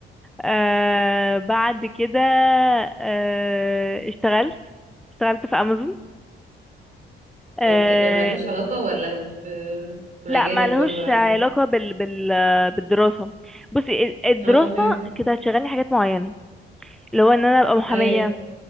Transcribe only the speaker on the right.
اوكي ده ملوش علاقة ولا في في
مجالك
برضو عادي
اه اوكي
ايوه